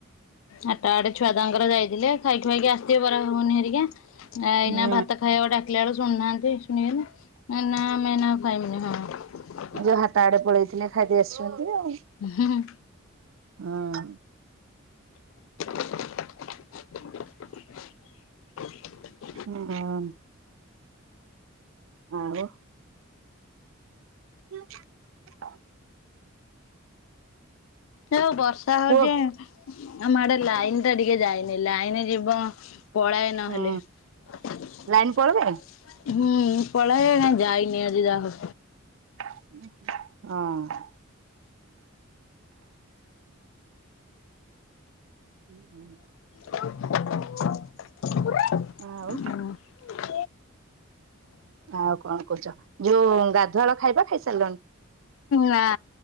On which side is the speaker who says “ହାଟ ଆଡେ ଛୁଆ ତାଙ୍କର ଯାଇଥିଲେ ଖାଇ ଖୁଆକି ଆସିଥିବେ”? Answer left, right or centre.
Left